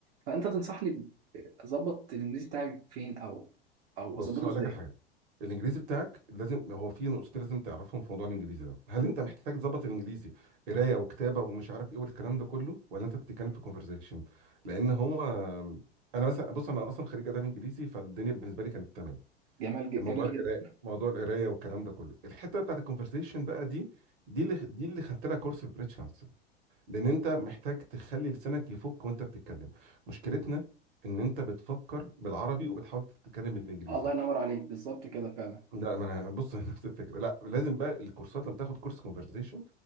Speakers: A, on the right (about 35°); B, on the right (about 55°).
A: فانت تنصحني ب- اظبط الانجليزي بتاعي فين او او
B: بص
A: اظبطه
B: هقول
A: ازاي
B: لك على حاجه الانجليزي بتاعك لازم هو في نقطتين لازم تعرفهم في موضوع الانجليزي ده هل انت محتاج تظبط الانجليزي قرايه وكتابه ومش عارف ايه والكلام ده كله ولا انت بتتكلم في كونفرزيشن لان هو انا مثلا بص انا اصلا خريج اداب انجليزي فالدنيا بالنسبه لي كانت تمام
A: جمال ج-
B: موضوع
A: جميل
B: القرايه
A: جدا
B: موضوع القرايه والكلام ده كله الحته بتاعت الكونفرزيشن بقى دي دي اللي دي اللي خدت لها كورس في بريتش كونسل لان انت محتاج تخلي لسانك يفك وانت بتتكلم مشكلتنا ان انت بتفكر بالعربي وبتحاول تتكلم بالانجليزي
A: الله ينور عليك بالظبط كده فعلا
B: لا ما انا بص <laughs> نفس الفكره لا لازم بقى الكورسات لما تاخد كورس كونفرزيشن